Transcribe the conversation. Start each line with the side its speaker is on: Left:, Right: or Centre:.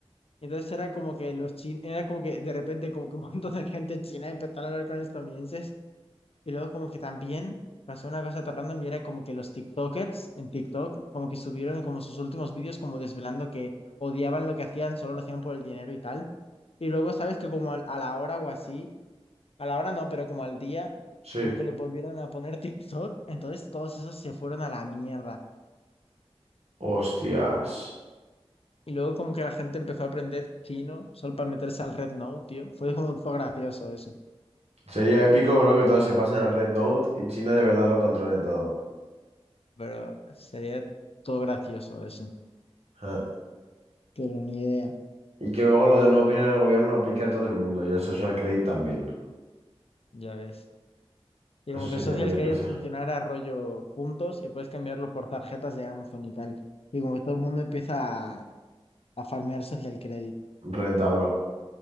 Left: Entonces era como que los chinos, era como que de repente como que un montón de gente china empezó a hablar con estadounidenses Y luego como que también pasó una cosa tan random y era como que los TikTokers en TikTok como que subieron como sus últimos vídeos como desvelando que odiaban lo que hacían, solo lo hacían por el dinero y tal. Y luego sabes que como al- a, la hora o así, a la hora no, pero como al día,
Right: Sí.
Left: como que lo volvieron a poner TikTok, entonces todos esos se fueron a la mierda.
Right: Hostias.
Left: Y luego como que la gente empezó a aprender chino solo para meterse al Red Note tío. Fue como todo gracioso eso,
Right: Sería épico, bro, que todos se pasen al Red Note y China de verdad lo controle todo.
Left: pero sería todo gracioso eso.
Right: Ja.
Left: Pero ni idea,
Right: Y que luego lo de no opinar el gobierno aplique a todo el mundo y el social credit también.
Left: ya ves. Y
Right: Eso
Left: como que
Right: sería
Left: el social
Right: bien
Left: credit
Right: risa.
Left: funcionara rollo puntos y puedes cambiarlo por tarjetas de Amazon y tal. Y como que todo el mundo empieza a, a farmear social credit.
Right: Renta, bro.